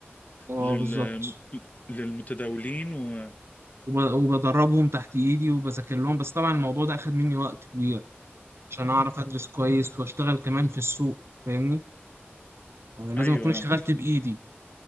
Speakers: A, on the right (about 75°); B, on the left (about 40°).
A: اه
B: لل
A: بالظبط
B: للمتداولين و...
A: وب- وبدربهم تحت ايدي وبذاكر لهم بس طبعا الموضوع ده اخد مني وقت عشان أعرف أدرس كويس وأشتغل كمان في السوق فاهمني آه، لازم
B: أيوه
A: أكون اشتغلت
B: آه،
A: بإيدي